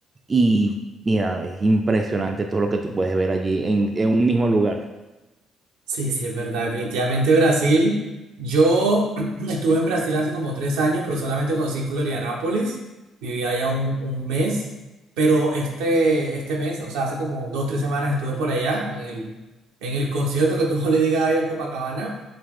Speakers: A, on the right; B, on the right.
A: y mira, es impresionante todo lo que tú puedes ver allí en, en un mismo lugar.
B: Sí, sí, es verdad. Definitivamente Brasil. Yo <clears throat> estuve en Brasil hace como tres años, pero solamente conocí Florianápolis. Viví allá un, un mes. Pero este, este mes, o sea, hace como dos, tres semanas estuve por allá, en el, en el concierto que tuvo <laughs> le Gaga allá en Copacabana.